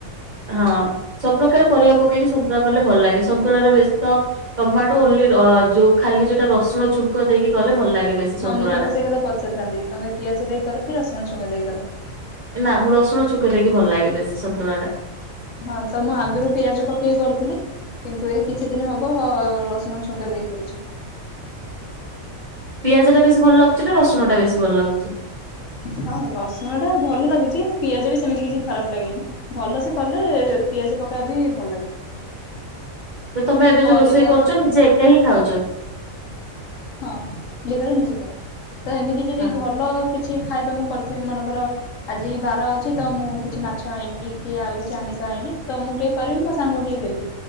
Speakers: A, on the right (about 45°); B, on the left (about 70°).
A: ହଁ ସବୁପକାର ପରିବା ପକେଇକି ସନ୍ତୁଳା କଲେ ଭଲ ଲାଗେ ସନ୍ତୁଳାରେ ବସ୍ ଟମାଟୋ ଓଲି ଯୋଉ ଖାଲି ଯୋଉଟା ରସୁଣ ଛୁଙ୍କ ଦେଇକି ଗଲେ ଭଲ ଲାଗେ। ବେଶୀ ସନ୍ତୁଳା
B: ହଁ ମୁଁ ତମେ
A: ଟା।
B: ସେଇ କଥା ପଚାରିଥାନ୍ତି ତମେ ପିଆଜ ଦେଇ କର କି ରସୁଣ ଚଙ୍ଗ ଦେଇ କର?
A: ନା ମୁଁ ରସୁଣ ଛୁଙ୍କ ଦେଇକି ଭଲ ଲାଗେ ବେଶୀ ସନ୍ତୁଳା ଟା।
B: ହଁ ତ ମୁଁ ଆଗରୁ ପିଆଜ ପକେଇକି କରୁଥିଲି। କିନ୍ତୁ ଏଇ କିଛି ଦିନ ହବ ରସୁଣ ଛୁଙ୍କ ଦେଇ କରୁଛି।
A: ପିଆଜ ଟା ବେଶୀ ଭଲ ଲାଗୁଛି ନା ରସଣ ଟା ବେଶୀ ଭଲ ଲାଗୁଛି।
B: ହଁ ରସୁଣ ଟା ଭଲ ଲାଗୁଛି କିନ୍ତୁ ପିଆଜ ବି ସେମିତି କିଛି ଖରାପ ଲାଗେନି। ଭଲ ସେ କଲେ ପିଆଜ ପକା ବି ଭଲ ଲାଗେ।
A: ତୋ ତମେ ଏବେ
B: ପରିବା
A: ଯୋଉ ରୋଷେଇ କରୁଛ ନିଜେ ଏକା ହିଁ ଖାଉଛ?
B: ହଁ ନି କରେ ନିଜେ ଖାଏ ତ ଏମିତି ଯଦି
A: ହଁ
B: ଭଲ କିଛି ଖାଇବା ମୁଁ କରିଥିବି ମନକର ଆଜି ବାର ଅଛି ତ ମୁଁ କିଛି ମାଛ ଆଣିଲି କି ଆଉ କିଛି ଆମିଷ ଆଣିଲି ତ ମୁଁ ଟିକେ କରିବି ମୋ ସାଙ୍ଗକୁ ଟିକେ ଦେବି।